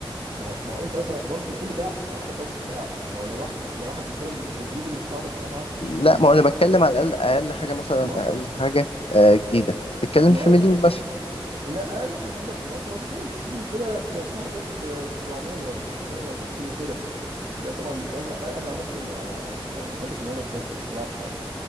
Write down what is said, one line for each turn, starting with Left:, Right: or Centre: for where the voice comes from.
Right: ما هو ما هو انت مثلا برضو كل ده على حسب البادجت بتاعك ما هو لو واحد لو واحد بيقارن بين بين جديد ومستعمل فهو معاه فلوس
Left: لا
Right: الجديد
Left: ما انا بتكلم على الاقل اقل حاجه مثلا
Right: ما
Left: اقل حاجه آه جديده تتكلم
Right: ما
Left: في
Right: هو-
Left: مليون مثلا
Right: لا اقل حاجه جديده ما هو انت لو بتتكلم في الصيني وكده في في حاجات ب 700 و650 وكده حاجات طبعا انا انا انا عن نفسي ما يعني ما بحبش ان انا اركبها الصراحه يعني